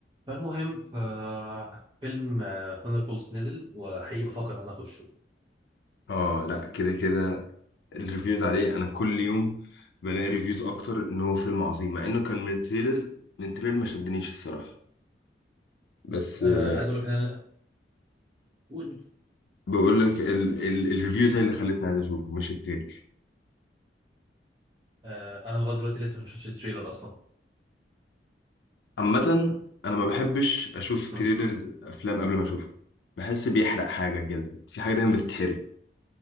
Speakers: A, on the right; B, on the left.
A: فالمهم ففيلم ثاندر بولز نزل وحقيقي بفكر ان انا اخشه
B: اه لا كده كده الريفيوز عليه انا كل يوم بلاقي ريفيوز اكتر ان هو فيلم عظيم مع انه كان من التريلر من التريلر ما شدنيش الصراحه بس
A: آه،
B: آه،
A: انا عايز اقول لك ان انا قول
B: بقول لك ال ال الريفيوز هي اللي خلتني عايز اشوفه مش التريلر
A: آه، انا لغايه دلوقتي لسه ما شفتش التريلر اصلا
B: عامه انا ما بحبش اشوف
A: مم.
B: تريلر افلام قبل ما اشوفها بحس بيحرق حاجه كده في حاجه دايما بتتحرق